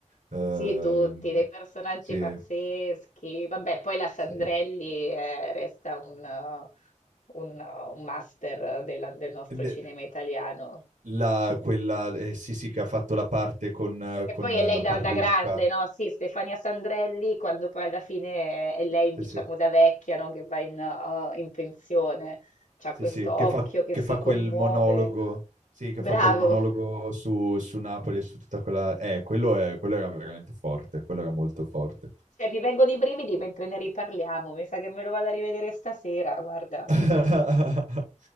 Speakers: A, on the right; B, on the left.
A: Ehm,
B: Sì, tutti, dei personaggi
A: sì,
B: pazzeschi. Vabbè, poi la Sandrelli
A: sì.
B: eh, resta un, eh, un, eh, un master della- del nostro
A: Ne-
B: cinema italiano.
A: La, quella, eh, sì, sì, che ha fatto la parte con, eh,
B: E
A: con
B: poi
A: la
B: è lei da,
A: parrucca.
B: da grande, no? Sì, Stefania Sandrelli, quando poi alla fine è lei,
A: Sì,
B: diciamo,
A: sì.
B: da vecchia, no? Che va in, eh, in pensione. C'ha
A: Sì,
B: questo
A: sì,
B: occhio
A: che fa,
B: che
A: che
B: si
A: fa
B: commuove.
A: quel monologo, sì, che
B: Bravo!
A: fa quel monologo su, su Napoli e su tutta quella... Eh, quello, è- quello era veramente forte, quello era molto forte.
B: Cioè, mi vengono i brividi mentre ne riparliamo. Mi sa che me lo vado a rivedere stasera, guarda.
A: <laughs>